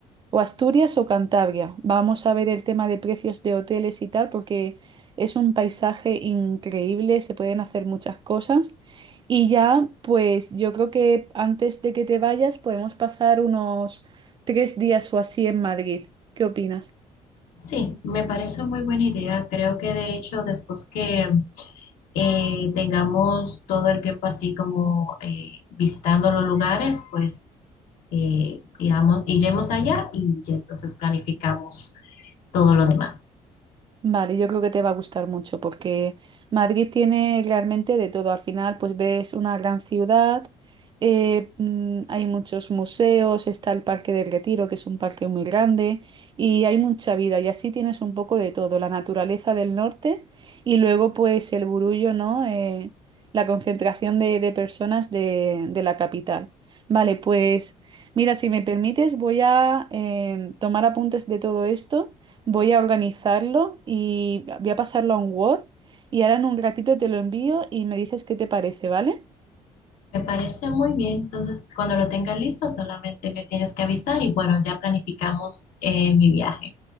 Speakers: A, on the right (about 35°); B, on the left (about 70°).
A: O Asturias o Cantabria. Vamos a ver el tema de precios de hoteles y tal, porque es un paisaje increíble, se pueden hacer muchas cosas. Y ya, pues yo creo que antes de que te vayas podemos pasar unos tres días o así en Madrid. ¿Qué opinas?
B: Sí, me parece muy buena idea. Creo que de hecho después que eh, tengamos todo el tiempo así como eh, visitando los lugares, pues eh, iramos, iremos allá y ya entonces planificamos todo lo demás.
A: Vale, yo creo que te va a gustar mucho porque Madrid tiene realmente de todo. Al final, pues ves una gran ciudad, eh, mm, hay muchos museos, está el Parque del Retiro, que es un parque muy grande, y hay mucha vida. Y así tienes un poco de todo, la naturaleza del norte y luego pues el burullo, ¿no? Eh, la concentración de, de personas de, de la capital. Vale, pues mira, si me permites, voy a em, tomar apuntes de todo esto. Voy a organizarlo y voy a pasarlo a un Word y ahora en un ratito te lo envío y me dices qué te parece, ¿vale?
B: Me parece muy bien. Entonces, cuando lo tenga listo, solamente me tienes que avisar y bueno, ya planificamos eh, mi viaje.